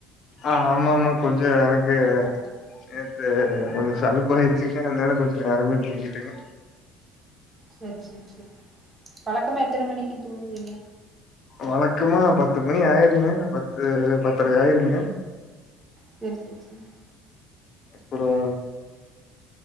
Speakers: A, on the left; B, on the right.
A: ஆ ஆமா ம்மா கொஞ்சோ எனக்கு நேத்து கொஞ்ச சலுப்பாயிருச்சுங்க அதனால கொஞ்ச நேரமே தூங்கிட்டேங்க
B: சரி சரி சரி வழக்கமா எத்தன மணிக்கு தூங்குவீங்க
A: வழக்கமா பத்து மணி ஆயிருங்க பத்து பத்தரை ஆயிருங்க
B: செர் செர் செரி
A: அப்புறோ